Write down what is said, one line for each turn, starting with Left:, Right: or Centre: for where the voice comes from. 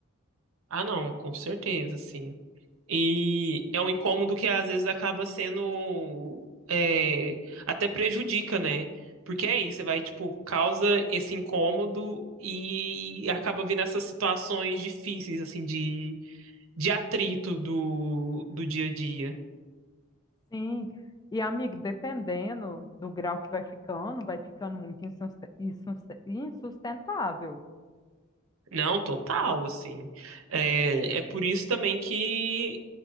Right: Ah, não, com certeza, sim. E é um incômodo que às vezes acaba sendo é, até prejudica, né? Porque é isso, você vai, tipo, causa esse incômodo e acaba vindo essas situações difíceis, assim, de, de atrito do, do dia a dia.
Left: Sim. E, amigo, dependendo do grau que vai ficando, vai ficando muito insuste- insuste- insustentável.
Right: Não, total, assim. É, é por isso também que